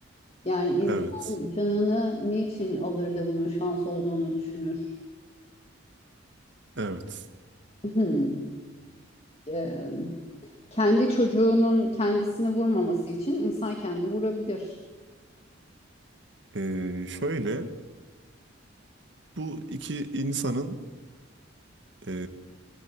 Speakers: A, on the left; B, on the right.
A: Yani insan
B: Evet.
A: canını niçin alır da bunun şans olduğunu düşünür?
B: Evet.
A: Hmm. Ee, kendi çocuğunun kendisini vurmaması için insan kendini vurabilir.
B: E, şöyle bu iki insanın e,